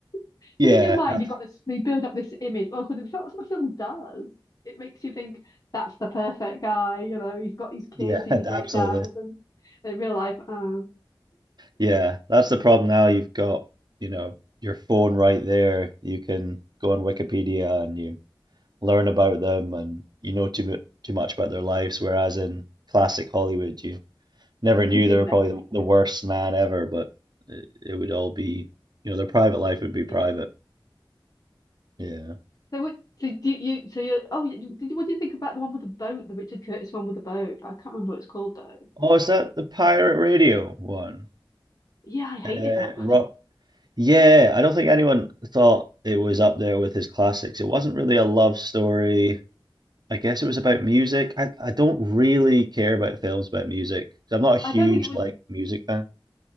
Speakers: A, on the left; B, on the right.
A: <laughs>
B: yeah,
A: because in your mind
B: I-
A: you've got this, they build up this image. Well, because that's what the film does. It makes you think that's the perfect guy. You know, he's got his kids,
B: yeah,
A: he's
B: <laughs>
A: a great
B: absolutely.
A: dad, and in real life. uh
B: Yeah, that's the problem now. You've got, you know, your phone right there. You can go on Wikipedia and you learn about them, and you know too mu too much about their lives. Whereas in classic Hollywood, you never knew
A: You didn't
B: they were
A: know
B: probably
A: any.
B: the, the
A: Yeah,
B: worst man ever, but it, it would all be, you know, their private life would be private.
A: you didn't.
B: Yeah.
A: So what? So do you? So you're. Oh, you, did you? What do you think about the one with the boat? The Richard Curtis one with the boat. I can't remember what it's called though.
B: Oh, is that the pirate radio one?
A: Yeah, I hated
B: Uh,
A: that one.
B: rock. Yeah, I don't think anyone thought it was up there with his classics. It wasn't really a love story. I guess it was about music. I, I don't really care about films about music. 'cause I'm
A: <laughs>
B: not a huge
A: I don't think it was.
B: like music fan.